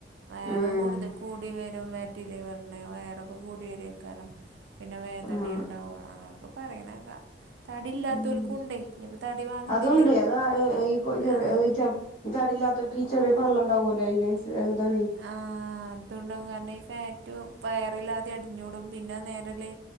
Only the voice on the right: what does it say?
വയറ്
കൂടുത കൂടി വരും, ഫാറ്റിലിവറിന് വയറൊക്കെ കൂടി വരേക്കാരം പിന്നെ വേദനയുണ്ടാവും,
അങ്ങനൊക്കെ പറയ്ണേക്ക തടില്ലാതോൽക്കും
ണ്ടേയ്. നിപ്പോ തടി വേണെന്നില്ലേ
ആഹ്
ആഹ് അതുണ്ടാവും കാരണം ഈ ഫാറ്റ് വയറിലാദ്യം അടിഞ്ഞൂടും. പിന്നെ നേര ലെ